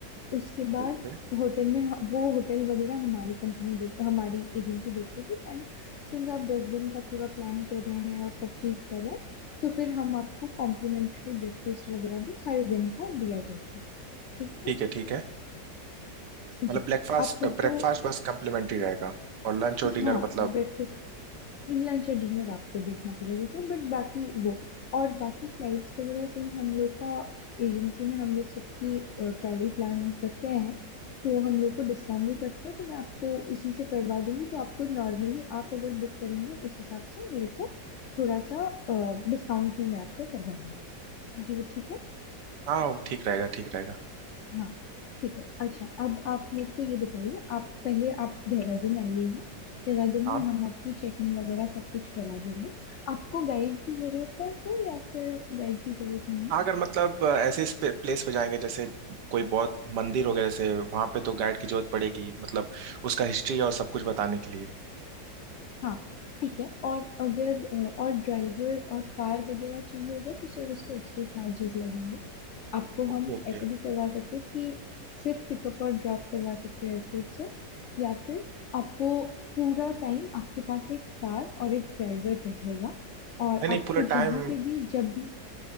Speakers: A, on the left; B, on the right.
A: उसके
B: okay
A: बाद
B: okay
A: होटल में ह- वो होटल वगैरह हमारी कंपनी देख हमारी एजेंसी देखेगी एंड सिंस आप दस दिन का पूरा प्लान कर रहे हैं और सब चीज़ कर रहे हैं तो फिर हम आपको कॉम्प्लीमेंट्री ब्रेकफास्ट वगैरह भी हर दिन का दिया जाएगा ठीक
B: ठीक
A: है
B: है ठीक है
A: जी
B: मतलब ब्रेकफास्ट
A: आप मेरे
B: ब्रेकफास्ट
A: को
B: बस कम्प्लीमेंट्री रहेगा और लंच और डिनर
A: हाँ
B: मतलब
A: ब्रेकफास्ट लंच और डिनर आपको देखना पड़ेगा सर बट बाकी वो और बाकी फ्लाइट्स वगैरह सिंस हम लोग का एजेंसी में हम लोग सबकी ट्रैवल प्लान करते हैं तो हम लोग को डिस्काउंट भी करते हैं तो मैं आपको उसी से करवा दूंगी तो आपको नॉर्मली आप अगर बुक करेंगे उस हिसाब से मेरे को थोड़ा सा डिस्काउंट में मैं आपको करवा दूंगी जी वो ठीक है
B: हाँ वो ठीक रहेगा ठीक रहेगा
A: हाँ ठीक है अच्छा अब आप मेरे को ये बताइए आप पहले आप देहरादून आइएगा देहरादून
B: हाँ
A: में हम आपकी चेकिंग वगैरह सब कुछ करा देंगे आपको गाइड की जरूरत है सर या फिर गाइड की जरूरत नहीं
B: हाँ अगर मतलब अ, ऐसे इस पे, प्लेस पे जाएंगे जैसे कोई बहुत मंदिर हो गया जैसे वहां पे तो गाइड की जरूरत पड़ेगी मतलब उसका हिस्ट्री और सब कुछ बताने के लिए
A: हाँ ठीक है और अगर अ, और ड्राइवर और कार वगैरह चाहिए होगा तो सर उसके एक्स्ट्रा चार्जेस लगेंगे आपको
B: Okay
A: हम
B: okay
A: ऐसे भी करवा सकते हैं कि सिर्फ पिकअप और ड्रॉप करवा सकते हैं एयरपोर्ट से या फिर आपको पूरा टाइम आपके पास एक कार और एक ड्राइवर रहेगा और
B: नहीं नहीं
A: आपको
B: पूरे टाइम
A: जहाँ पे भी जब भी